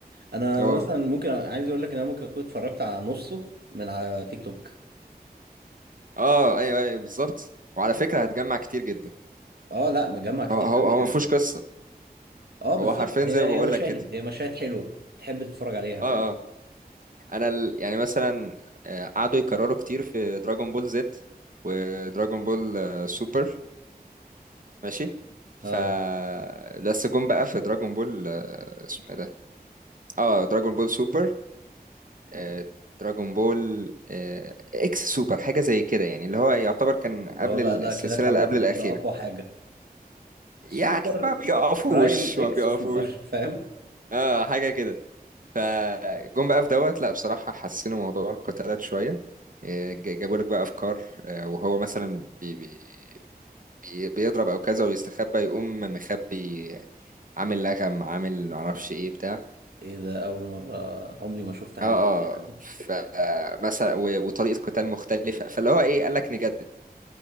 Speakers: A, on the right (about 80°); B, on the right (about 55°).
A: انا
B: هو
A: مثلا ممكن عايز اقول لك ان انا ممكن اكون اتفرجت على نصه من على تيك توك
B: اه ايوه ايوه بالظبط وعلى فكره هتجمع كتير جدا
A: اه لا مجمع كتير
B: هو هو
A: قوي
B: هو
A: يعني
B: ما فيهوش قصه
A: اه بالظبط
B: هو حرفيا
A: هي
B: زي ما بقول
A: هي مشاهد
B: لك كده
A: هي مشاهد حلوة تحب تتفرج عليها
B: اه
A: فاهم
B: اه انا ال... يعني مثلا آه، قعدوا يكرروا كتير في دراجون بول زد ودراجون بول آه، سوبر ماشي ف
A: اه
B: بس جم بقى في دراجون بول آه، اسمه ايه ده اه دراجون بول سوبر آه، دراجون بول آه، اكس سوبر حاجة زي كده يعني اللي هو يعتبر كان
A: اللي
B: قبل
A: هو بقى
B: ال-
A: ده
B: السلسلة
A: كده خلاص
B: اللي قبل
A: ده
B: الأخيرة
A: كده اقوى حاجة
B: يعني
A: سوبر
B: ما بيقفوش
A: برايم اكس
B: ما بيقفوش
A: سوبر <laughs> فاهم
B: اه حاجة كده فجم بقى في دوت لا بصراحة حسنوا موضوع القتالات شوية آه، ج- جابوا لك بقى أفكار آه، وهو مثلا بي بي بي- بيضرب أو كذا ويستخبى يقوم مخبي عامل لغم عامل معرفش ايه بتاع
A: ايه ده اول مره عمري ما شفت حاجه
B: اه
A: زي كده
B: اه
A: يعني
B: فمثلا و- وطريقة قتال مختلفة فاللي هو ايه قال لك نجدد